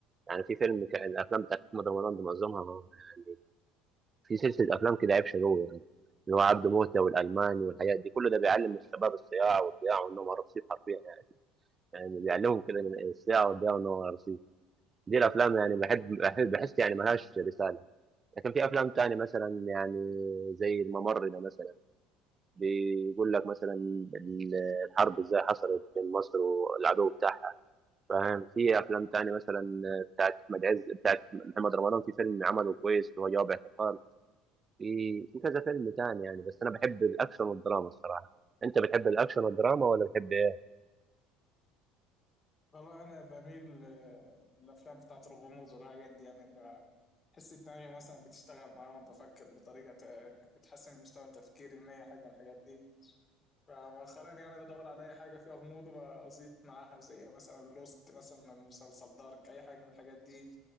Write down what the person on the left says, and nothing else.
والله انا بميل آه، للافلام بتاعت الغموض والحاجات دي يعني بحس دماغي مثلا بتشتغل معاهم بفكر بطريقه ت- بتحسن من مستوى تفكيري من اي حاجه من الحاجات دي فمؤخرا يعني بدور على اي حاجه فيها غموض وبزيط معاها زي مثلا لوست مثلا مسلسل دارك اي حاجه من الحاجات دي